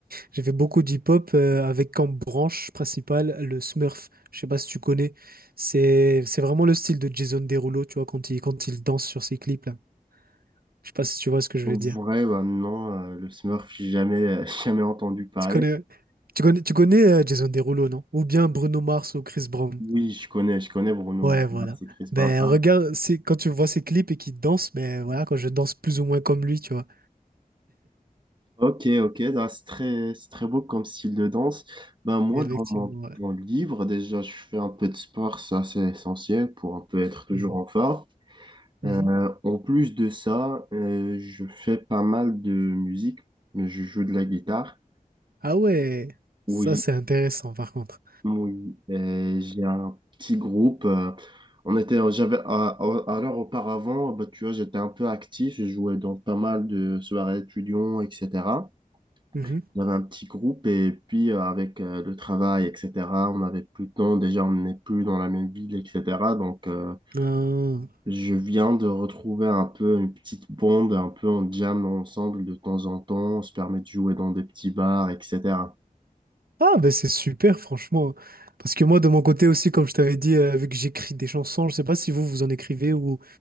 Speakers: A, on the right; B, on the right.
A: J'ai fait beaucoup d'hip-hop euh, avec comme branche principale le Smurf. Je sais pas si tu connais. C'est c'est vraiment le style de Jason Derulo, tu vois, quand il, quand il danse sur ses clips là. Je sais pas si tu vois ce que je
B: En
A: veux
B: vrai,
A: dire.
B: bah non, euh, le Smurf, j'ai jamais, euh, <laughs> jamais entendu parler.
A: Tu connais, tu connais, tu connais euh, Jason Derulo, non? Ou bien Bruno Mars ou Chris Brown.
B: Oui, je connais, je connais Bruno
A: Ouais, voilà.
B: Mars et Chris
A: Ben
B: Brown. Ah,
A: regarde, c'est quand tu vois ses clips et qu'il danse, ben voilà, quand je danse plus ou moins comme lui, tu vois.
B: ok, ok, bah, c'est très, c'est très beau comme style de danse. Ben, moi,
A: Et effectivement,
B: dans mon
A: ouais.
B: temps libre, déjà, je fais un peu de sport, ça c'est essentiel pour un peu être toujours
A: Mhm.
B: en forme.
A: Mhm.
B: Euh, en plus de ça, euh, je fais pas mal de musique, mais je joue de la guitare.
A: Ah ouais, ça
B: Oui,
A: c'est intéressant par contre.
B: oui. Euh, j'ai un petit groupe. euh, on était, j'avais, à- à- alors auparavant, bah, tu vois, j'étais un peu actif. Je jouais dans pas mal de soirées étudiants, etc.
A: Mhm.
B: J'avais un petit groupe et puis euh, avec euh, le travail, etc. On n'avait plus de temps. Déjà, on n'est plus dans la même ville, etc. Donc, euh,
A: Ah.
B: Je viens de retrouver un peu une petite bande, un peu en jam ensemble de temps en temps, on se permet de jouer dans des petits bars, etc.
A: Ah, ben c'est super, franchement. Parce que moi, de mon côté aussi, comme je t'avais dit, euh, vu que j'écris des chansons, je sais pas si vous, vous en écrivez ou